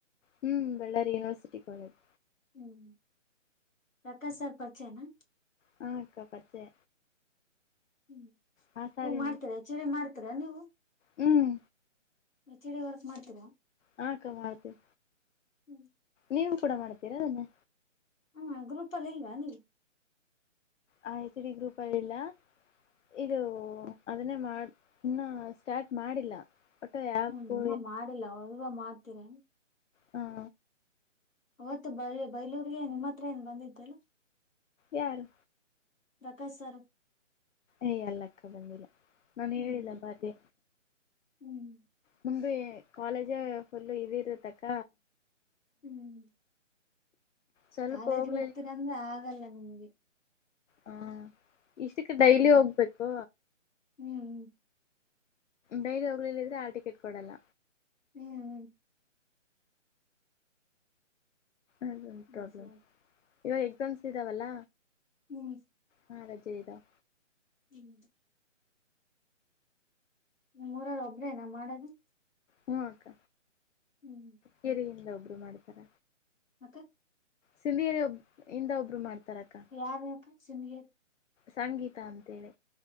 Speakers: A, on the left (about 70°); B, on the left (about 85°).
A: ಹ್ಮ್ ಬಳ್ಳಾರಿ ಯೂನಿವರ್ಸಟಿ ಕಾಲೇಜ್
B: ಹ್ಮ್ ಪ್ರಕಾಶ್ ಸಾರ್ ಪರಿಚೆನಾ
A: ಹಾ ಅಕ್ಕಾ ಪರಿಚಯ
B: ಹ್ಮ್
A: ಹಾ ಸಾರಿ
B: ಹಓ ಮಾಡ್ತರಾ ಚಳಿ ಮಾಡ್ತರಾ ನೀವು
A: ಹ್ಮ್
B: ಚಿಡಿ ವರ್ಕ್ ಮಾಡ್ತೀರಾ
A: ಹ ಅಕ್ಕ ಮಾಡುತ್ತೇವೆ
B: ಹ್ಮ್
A: ನೀವು ಕೂಡ ಮಾಡ್ತೀರಾ ಅದನ್ನೇ
B: ಹ್ಮ ಗ್ರೂಪ್ ಅಲ್ಲಿ ಇಲ್ವಾ ನೀವು
A: ಆ ಹೆಚ್ಡಿ ಗ್ರೂಪ್ ಅಲ್ಲಿಿಲ್ಲ ಇದು ಅದನ್ನೇ ಮಾಡನ್ನ ಸ್ಟಾರ್ಟ್ ಮಾಡಿಲ್ಲ ಒಟ್ಟ ಯಾಪು
B: ಹ್ಮ್ ಏನು ಮಾಡಿಲ್ಲ ಅವಗ ಮಾಡ್ತೀರ
A: ಹಾ
B: ಅವತ್ತು ಬ ಬೈಲೂರಿಗೆ ನಿಮ್ಮ ಹತ್ರ ಏನ್ ಬಂದಿದ್ದಲ್ಲ
A: ಯಾರು
B: ಪ್ರಕಾಶ್ ಸರ್
A: ಏಯ ಅಲ್ಲಕ್ಕ ಬಂದಿಲ್ಲ ನಾನು
B: ಹ್ಮ್
A: ಹೇಳಿಲ್ಲ ಬಾರಿ
B: ಹ್ಮ್
A: ಮುಮಿ ಕಾಲೇಜ ಫುಲ್ ಇದ ಇರತಕ್ಕ
B: ಹ್ಮ್
A: ಸ್ವಲ್ಪ
B: ಕಾಲೇಜ್
A: ಹೋಗ್ಲಿಲ್ಲ
B: ಹೋಗ್ತೀರಂದ್ರೆ ಆಗಲ್ಲ ನಿಮ್ಗೆ
A: ಹಾ ಇಷ್ಟಕ್ಕೆ ಡೈಲಿ
B: ಹ್ಮ್
A: ಹೋಗ್ಬೇಕು
B: ಹ್ಮ್
A: ಡೈಲಿ ಹೋಗ್ಲಿಲ್ಲಿದ್ರೆ ಆ ಟಿಕೆಟ್ ಕೊಡಲ್ಲ
B: ಹ್ಮ್ ಹ್ಮ್
A: ಅದೊಂದು
B: ಹ್ಮ್
A: ಪ್ರಾಬ್ಲಮ್
B: ಹ್ಮ್
A: ಇವಾಗ ಎಕ್ಸಾಮ್ಸ್ ಇದ್ದಾವಲ್ಲ
B: ಹ್ಮ್
A: ಹಾ ರಜ ಇದಾವ
B: ಹ್ಮ್ ನೇಮ್ ಉರ್ಗ ಒಬ್ಬ್ರೇನ ಮಾಡದು
A: ಹ್ಮ್ ಅಕ್ಕ
B: ಹ್ಮ್
A: ಕೆಿರಯಿಂದ ಒಬ್ರು ಮಾಡ್ತಾರ
B: ಮತ್ತೆ
A: ಸಿಧಿಯೇರಿ ಒಬ್ಬ ಇಂದ ಒಬ್ರು ಮಾಡ್ತಾರ ಅಕ್ಕಾ
B: ಯಾರಿ ಅಕ್ಕಾ ಸಿಂದಿಗೇರಿ
A: ಸಂಗೀತಾ ಅಂತೇಳಿ